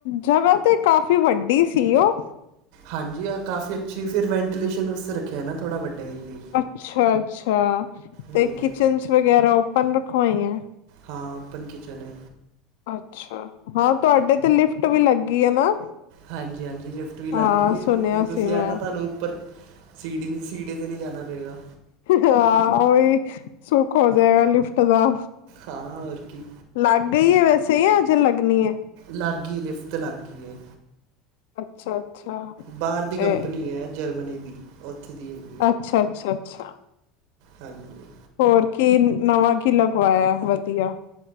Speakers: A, on the left; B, on the right.
A: ਜਗਾ ਤੇ ਕਾਫੀ ਵੱਡੀ ਸੀ ਓ।
B: ਹਾਂਜੀ ਆ ਕਾਫੀ ਅੱਛੀ ਫੇਰ ਵੈਂਟੀਲੇਸ਼ਨ ਵਾਸਤੇ ਰੱਖੇਆ ਨਾ ਥੋੜਾ ਵੱਡਾ ਏਰੀਆ ਈ
A: ਅੱਛਾ-ਅੱਛਾ ਤੇ
B: ਹੂੰ
A: ਕਿਚਨਸ ਵਗੈਰਾ ਓਪਨ ਰਖਵਾਈ ਐ?
B: ਹਾਂ ਓਪਨ ਕਿਚਨ ਐ।
A: ਅੱਛਾ ਹਾਂ ਤੁਹਾਡੇ ਤੇ ਲਿਫਟ ਵੀ ਲੱਗੀ ਆ ਨਾ।
B: ਹਾਂਜੀ ਹਾਂਜੀ ਲਿਫਟ ਵੀ ਲੱਗ
A: ਹਾਂ
B: ਗਈ ਹੈ
A: ਸੁਣਿਆ
B: ਹੁਣ ਤੁਸੀਂ
A: ਸੀ ਮੈਂ
B: ਆ ਨਾ ਤੁਹਾਨੂੰ ਉੱਪਰ ਸੀਡੀ ਸੀਡੀ ਤੇ ਨਹੀਂ ਜਾਣਾ ਪਏਗਾ।
A: ਹਾਂ ਉਹੀ ਸੁੱਖ ਹੋ ਜਾਏਗਾ ਲਿਫਟ ਦਾ।
B: ਹਾਂ ਹੋਰ ਕੀ
A: ਲੱਗ ਗਈ ਹੈ ਵੈਸੇ ਹੀ ਆ ਅਜੇ ਲੱਗਣੀ ਹੈ।
B: ਲਾਗੀ ਲਿਫਤ ਲਾਗੀ ਹੈ।
A: ਅੱਛਾ ਅੱਛਾ।
B: ਬਾਹਰ ਦੀ
A: ਤੇ
B: ਕੰਪਨੀ ਹੈ ਜਰਮਨੀ ਦੀ ਉੱਥੇ ਦੀ ਹੈ।
A: ਅੱਛਾ ਅੱਛਾ ਅੱਛਾ।
B: ਹਾਂਜੀ।
A: ਹੋਰ ਕੀ ਨਵਾਂ ਕੀ ਲੱਗ ਵਾਇਆ ਵਧੀਆ।